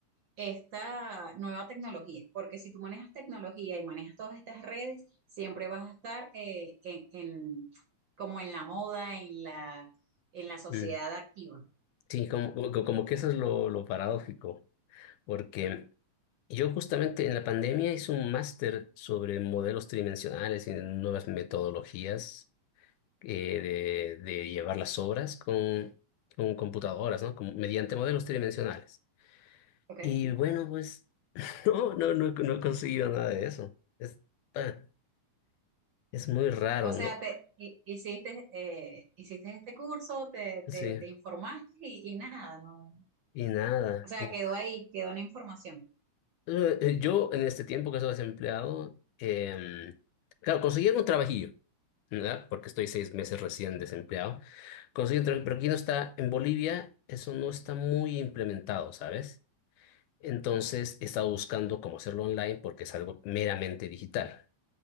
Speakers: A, on the right (about 60°); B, on the left (about 85°).
A: esta nueva tecnología, porque si tú manejas tecnología y manejas todas estas redes, siempre vas a estar eh, en, en- como en la moda, en la, en la sociedad
B: Mm,
A: activa,
B: Sí, como, como como que eso es lo, lo paradójico, porque... Yo justamente en la pandemia hice un máster sobre modelos tridimensionales y nuevas metodologías eh, de, de llevar las obras con, con computadoras, ¿no? Como- mediante modelos tridimensionales.
A: ¿ok?
B: Y bueno, pues <laughs> no, no, no, no he conseguido nada de eso. Es, ah, es muy raro,
A: O sea,
B: ¿no?
A: te hi- hiciste, eh, hiciste este curso, te,
B: Sí,
A: te, te informaste y, y nada, no,
B: y nada.
A: O sea, quedó ahí, quedó una información.
B: Eh, eh, Yo en este tiempo que estoy desempleado, em, claro, conseguí algún trabajillo, ¿verdad? Porque estoy seis meses recién desempleado. Conseguí un trabajo, pero aquí no está, en Bolivia eso no está muy implementado, ¿sabes? Entonces he estado buscando cómo hacerlo online porque es algo meramente digital